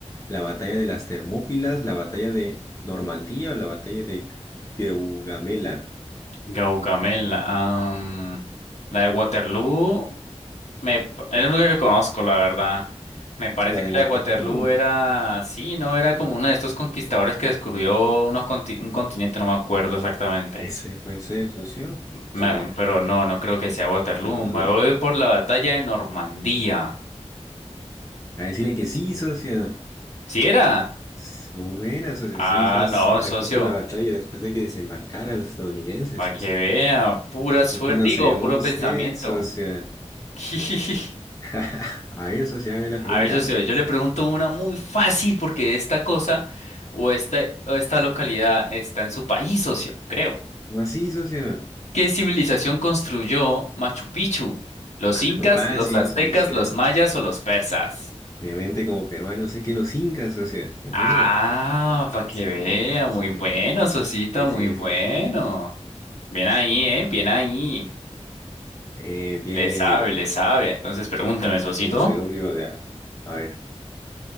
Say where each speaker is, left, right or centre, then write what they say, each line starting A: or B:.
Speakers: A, on the left; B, on the left.
A: ¿La batalla de las Termópilas? ¿La batalla de Normandía o la batalla de Gaugamela?
B: Gaugamela, am, la de Waterloo, me, pa- es la única que conozco, la verdad. Me parece
A: La
B: que
A: de
B: la
A: Waterloo.
B: de Waterloo era, sí, no, era como uno de estos conquistadores que descubrió unos conti- un continente, no me acuerdo exactamente.
A: Puede ser, puede ser, socio.
B: Me-
A: A ver,
B: pero no, no creo que sea Waterloo.
A: no, no,
B: Me
A: no.
B: voy por la batalla de Normandía.
A: A decirle que sí, socio.
B: ¿Sí era?
A: S- Muy buena, socio.
B: Ah,
A: Sí, esas
B: no,
A: era
B: socio.
A: justo la batalla después de que desembarcaran los estadounidenses,
B: Para
A: socio.
B: que vean, pura suerte,
A: Un conocedor
B: digo, puro
A: usted,
B: Mm. pensamiento.
A: socio.
B: <laughs>
A: <laughs> A ver, socio, hágame la
B: A
A: pregunta.
B: ver, socio, yo le pregunto una muy fácil porque esta cosa o esta, o esta localidad está en su país, socio, creo.
A: ¿Cómo así, socio?
B: ¿Qué civilización construyó Machu Picchu? ¿Los
A: Ah,
B: incas,
A: muy fácil,
B: los Machu Picchu.
A: socio.
B: aztecas, los mayas o los persas?
A: Obviamente, como peruano, sé que los incas, socio. Muy
B: Ah,
A: buena. Así
B: para que vea,
A: es, así
B: muy
A: es.
B: bueno, socito,
A: Sí,
B: muy
A: sí,
B: bueno.
A: sí, sí.
B: Bien ahí, ¿eh? Bien ahí.
A: Eh, bien,
B: Le Sí, sabe, le sabe. Entonces pregúnteme, socito.
A: conocedor yo de... A ver.